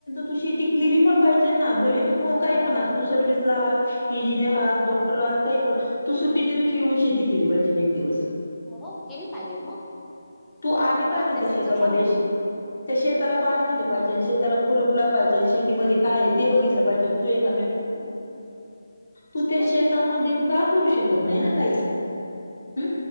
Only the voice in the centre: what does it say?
हो.
हम्म.
हो केली पाहिजे मग
त आता
तिचं
पण आहे ना.
हो.
हो.